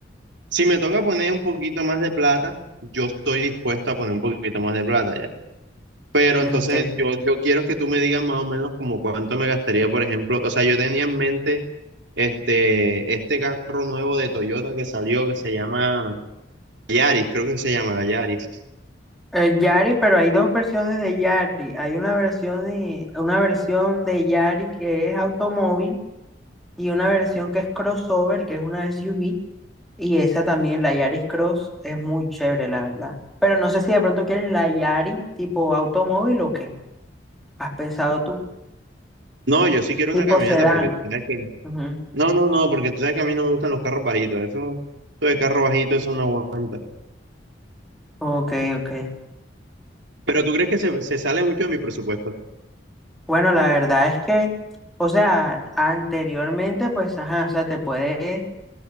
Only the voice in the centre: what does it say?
Ok.
El Yari, pero hay dos versiones de Yari. Hay una versión de, una versión de Yari que es automóvil y una versión que es crossover, que es una SUV. Y esa también, la Yaris Cross, es muy chévere, la verdad. Pero no sé si de pronto quieres la Yaris tipo automóvil o qué. ¿Has pensado tú?
Tipo
sedán.
Ujú.
Ok, ok.
Bueno, la verdad es que, o sea, anteriormente, pues, ajá, o sea, te puedes